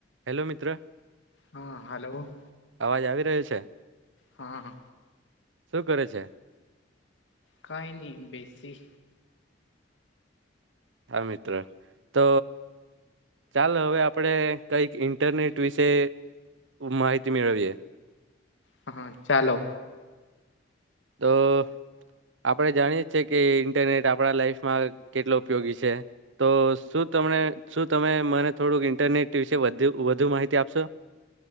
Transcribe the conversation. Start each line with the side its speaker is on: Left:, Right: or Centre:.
Right: હેલો મિત્ર.
Left: હા હલો.
Right: અવાજ આવી રહ્યો છે?
Left: હમ હ.
Right: શું કરે છે?
Left: કઈ ન બેસી.
Right: હા મિત્રો, તો ચાલ હવે આપણેે કઈક ઇન્ટરનેટ વિશે માહિતી મેળવીએ.
Left: હા ચાલો.
Right: તો આપડણે જાણીએ છીએ કે ઇન્ટરનેટ આપણા લાઈફમાં કેટલો ઉપયોગી છે. તો શું તમને શું તમે મને થોડુંક ઇન્ટરનેટ વિશે વધુ માહિતી આપશો?